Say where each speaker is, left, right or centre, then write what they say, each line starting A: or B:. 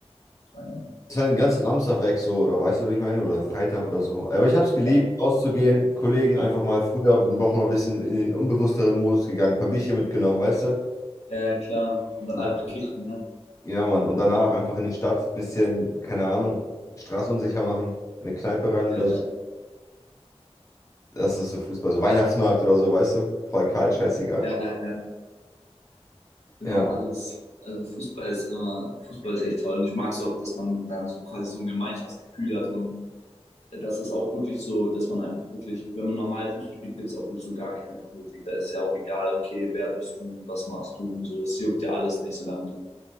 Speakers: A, on the left; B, on the left.
A: Keiner.
B: Ist halt den ganzen Samstag weg so, oder weißt du, wie ich meine? Oder Freitag oder so. Aber ich habe es geliebt,
A: Ja,
B: rauszugehen, Kollegen einfach mal früher, wir Wochen mal ein bisschen in den unbewussteren Modus gegangen, ein paar Bierchen mitgenommen, weißt du?
A: ja, klar. Und dann
B: Und Einfach
A: einfach kicken, ne?
B: Ja, Mann. Und danach einfach in die Stadt, bisschen, keine Ahnung, Straße unsicher machen, in eine Kneipe rein oder
A: Ja,
B: so. Das ist so Fußball, so Weihnachtsmarkt oder so, weißt du? Voll kalt, scheißegal.
A: ja, ja, ja, immer
B: Ja, Mann.
A: alles. Also Fußball ist immer, Fußball ist echt toll. Und ich mag es auch, dass man dann so quasi so ein Gemeinschaftsgefühl hat und äh, das ist auch wirklich so, dass man einfach wirklich, wenn man normal Fußball spielt, gibt es auch wirklich so gar keine Politik. Da ist ja auch egal, okay, wer bist du, was machst du und so. Es juckt ja alles nicht, solange du